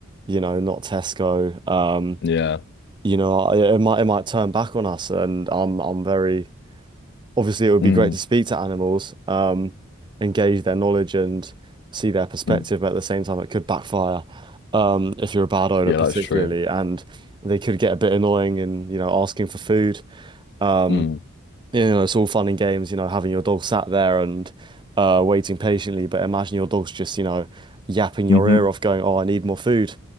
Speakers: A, on the right; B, on the left.
A: you know, not Tesco. Um,
B: Yeah.
A: you know, it, it might it might turn back on us and I'm I'm very obviously it would be
B: Mm.
A: great to speak to animals, um, engage their knowledge and see their perspective,
B: Mm.
A: but at the same time it could backfire um, if you're a bad owner
B: Yeah,
A: particularly,
B: that's true.
A: and they could get a bit annoying and you know asking for food. Um,
B: Mm.
A: you know, it's all fun and games, you know, having your dog sat there and uh, waiting patiently, but imagine your dog's just you know yapping your
B: hmm
A: ear off, going, "Oh, I need more food."